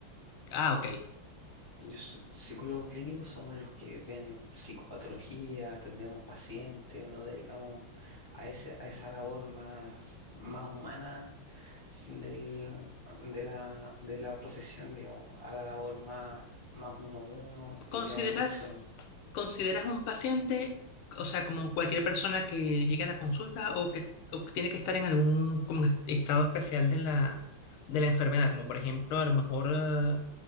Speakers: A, on the left; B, on the left.
A: ah, ok.
B: Yo so- psicólogo clínico somos los que ven psicopatología, atendemos pacientes, nos dedicamos a ese, a esa labor más, más humana del, de la, de la profesión, digamos, a la labor más, más uno a uno
A: ¿Consideras,
B: y vemos mucho.
A: consideras un paciente, o sea, como cualquier persona que llegue a la consulta o que, o que tiene que estar en algún como en estado especial de la, de la enfermedad, como por ejemplo, a lo mejor eh,